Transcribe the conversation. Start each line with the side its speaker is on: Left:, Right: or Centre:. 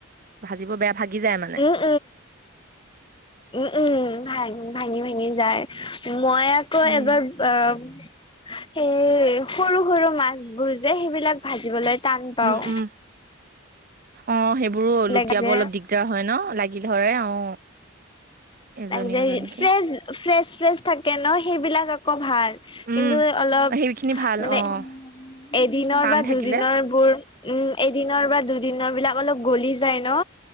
Right: ভাজিব বেয়া ভাগি যায় মানে।
Left: উম, উম, উম। ভা ভাঙি-ভাঙি যায় মই আ ক
Right: উম
Left: এবাৰ অ', সেই সৰু সৰু মাছ বোৰ যে সেইবিলাক ভাজিবলৈ টান পাওঁ।
Right: উম উম অ', সেইবোৰো
Left: লাগ
Right: লুটিয়াব
Left: যে
Right: অলপ দিগদাৰ হয় ন লাগিল ধৰে অ'। এজনী
Left: ত'
Right: এজনীকে
Left: ফ্ৰেচ ফ্ৰেচ ফ্ৰেচ থাকে ন সেইবিলাক আকৌ ভাল। কিন্তু
Right: উম,
Left: অলপ
Right: সেইখিনি ভাল
Left: মানে
Right: অ',
Left: এদিনৰ
Right: টান
Left: বা
Right: থাকিলে
Left: দুদিনৰ বোৰ উম এ দিনৰ বা দুদিনৰ বিলাক অলপ গলি যায় ন,